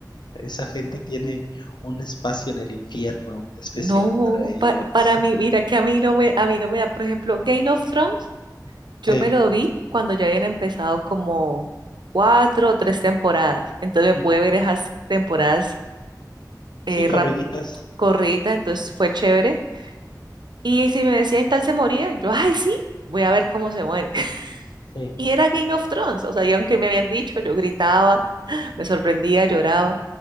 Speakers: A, on the left (about 85°); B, on the right (about 85°).
A: esa gente tiene un espacio en el infierno especial
B: No,
A: para ellos.
B: pa- para mí, mira que a mí no me, a mí no me da, por ejemplo, Game of Thrones, yo
A: Sí,
B: me lo vi cuando ya habían empezado como cuatro o tres temporadas. Entonces me
A: ujú.
B: pude ver esas temporadas eh,
A: Sí,
B: rap-
A: corriditas.
B: corriditas, entonces fue chévere. Y si me decían tal se moría, yo, ay, sí, voy a ver cómo se muere. <laughs>
A: Sí.
B: Y era Game of Thrones, o sea, y aunque me habían dicho, yo gritaba, me sorprendía, lloraba,